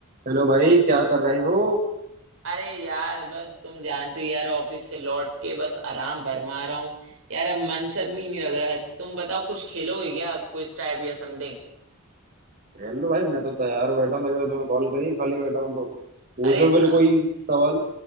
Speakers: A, on the right; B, on the right.
A: हेलो भाई क्या कर रहे हो
B: अरे यार बस तुम जानते हो यार ऑफिस से लौट के बस आराम फरमा रहा हूँ यार अब मन सा भी नहीं लग रहा है तुम बताओ कुछ खेलोगे क्या क्विज टाइप या समथिंग
A: हेलो भाई मैं तो तैयार बैठा हूँ तभी तो तुम्हें कॉल करी खाली बैठा हूँ तो पूछ
B: अरे
A: लो फिर
B: ख-
A: कोई सवाल